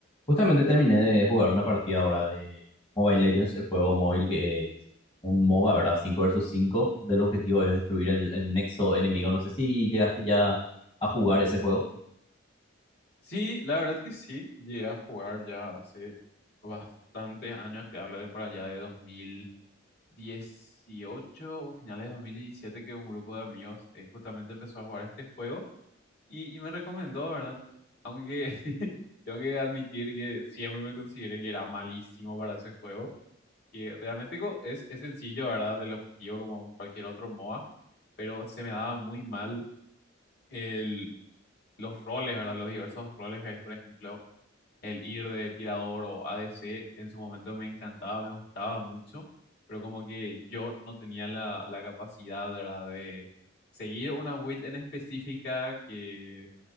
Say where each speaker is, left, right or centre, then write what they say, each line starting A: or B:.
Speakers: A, on the left; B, on the left.
A: Justamente terminé de jugar una partida ahora de Mobile Legends, el juego móvil que es un MOBA, ¿verdad? cinco versus cinco Del objetivo es destruir el, el nexo enemigo. No sé si llegaste ya a jugar ese juego.
B: Sí, la verdad que sí, llegué a jugar ya hace bastantes años, te hablo de por allá de 2018 o finales de dos mil diecisiete que un grupo de amigos eh, justamente empezó a jugar este juego y, y me recomendó, ¿verdad? Aunque <laughs> tengo que admitir que siempre me consideré que era malísimo para ese juego, que realmente co- es, es sencillo, ¿verdad? El objetivo como cualquier otro MOBA, pero se me daba muy mal el, los roles, ¿verdad? Los diversos roles que hay, por ejemplo. el ir de tirador o ADC en su momento me encantaba, me gustaba mucho, pero como que yo no tenía la, la capacidad, ¿verdad? de seguir una build en específica que,